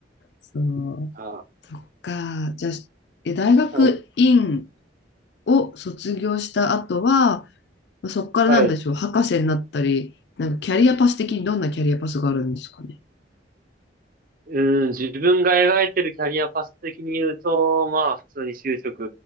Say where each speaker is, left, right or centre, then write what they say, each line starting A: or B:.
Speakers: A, on the left; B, on the right.
A: そう。
B: あ、
A: そっか。じゃあ、え、大学院
B: はい。
A: を卒業した後は、まあそこからなんでしょう、
B: はい。
A: 博士になったり、なんかキャリアパス的にどんなキャリアパスがあるんですかね。
B: うん、自分が描いてるキャリアパス的に言うと、まあ、普通に就職、